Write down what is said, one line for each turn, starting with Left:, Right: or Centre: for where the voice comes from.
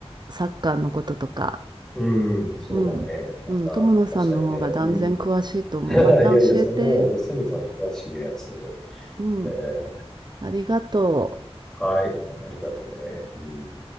Right: サッカーのこととか。
Centre: んうん、そうだね。
Right: うん。
Centre: また話したいね。
Right: うん、友野さんの方が断然詳しいと思う。
Centre: うん。<laughs>
Right: また教えて。
Centre: いやいや、そんなことはね、すみきさんも詳しいね、すごい。
Right: うん。
Centre: えー
Right: ありがとう。
Centre: はい、ありがとね。うん。